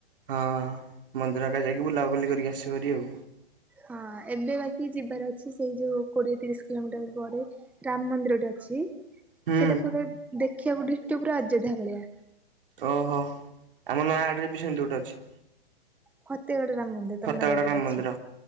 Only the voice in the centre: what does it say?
ହଁ ଏବେ ବାକି ଯିବାର ଅଛି, ସେଇ ଯୋଉ କୋଡିଏ ତିରିଶ କିଲୋମିଟର ପରେ ରାମ ମନ୍ଦିରଟେ ଅଛି,
ସେଇଟା ପୁରା ଦେଖିଆକୁ ଡିଟୋ ପୁରା ଅଯୋଧ୍ୟା ଭଳିଆ।
ଫତେଗଡ ରାମ ମନ୍ଦିର,
ତମ ନୟାଗଡରେ
ଅଛି।